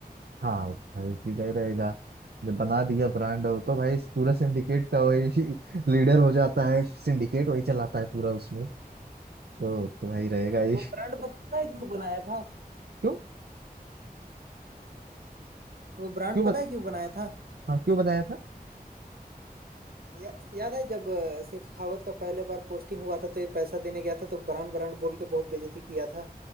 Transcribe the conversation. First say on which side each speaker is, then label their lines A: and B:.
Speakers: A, on the right; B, on the right.
A: हाँ भाई उसी का ही रहेगा जब बना दिया ब्रांड और तो भाई इस पूरा सिंडिकेट का वही <laughs> लीडर हो जाता है सिंडिकेट वही चलाता है पूरा उसमें तो तो भाई रहेगा ही
B: वो ब्रांड पता है क्यों बनाया था
A: क्यों
B: वो ब्रांड
A: क्यों
B: पता
A: बत,
B: है क्यों बनाया था
A: हाँ क्यों बताया था
B: या, याद है जब अ, शेखावत का पहले बार पोस्टिंग हुआ था तो ये पैसा देने गया था तो ब्रांड ब्रांड बोल के बहुत बेइज्जती किया था